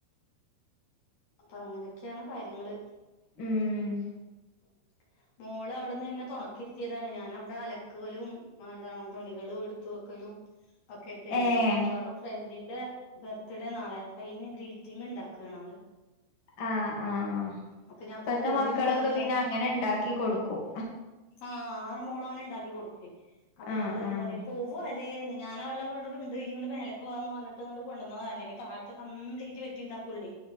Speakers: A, on the left; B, on the left.
A: അപ്പ അങ്ങനെക്കെയാണ് കാര്യങ്ങള്
B: ഉം
A: <inaudible> മോള് അവിടെന്ന് എന്നെ തൊണക്കിരുത്തിയതാണ് ഞാൻ അവിടെ അലക്കലും <unintelligible> തുണികളും എടുത്തു വെക്കലും <inaudible> ഒക്കെ ആയിട്ടിരുന്ന്
B: ഏഹ്
A: അപ്പ അവള് ഫ്രണ്ടിന്റെ ബർത്ത്ഡേ നാളെ അപ്പ അതിന് ഗ്രീറ്റിംഗ് ഇണ്ടാക്കാണ് ഓള്
B: ആഹ് ആഹ്
A: അപ്പൊ ഞാൻപ്പൊ
B: ഇപ്പത്തെ
A: പോകുമ്പോ
B: മക്കളൊക്കെ
A: എന്നോട് പറയാ
B: പിന്നെ അങ്ങനെ ഇണ്ടാക്കി കൊടുക്കും
A: ആഹ് ആ മോളങ്ങനെണ്ടാക്കി കൊടുക്കെ അപ്പൊ എന്നോട്
B: ആഹ്
A: എന്താ
B: ആഹ്
A: പറയാ പുവ അതേന്ന് ഞാന വളെവ്‌ടെ ഇണ്ട് ഇയ്യ് ഇങ്ങട്ട് മേലക്ക്‌ വാ ന്ന് പറഞ്ഞി്ട്ട് കൊണ്ടന്നത അല്ലെങ്കിൽ താഴത്തെ കംപ്ലീറ്റ് വെട്ടി ഇണ്ടാക്കൊള്ളേ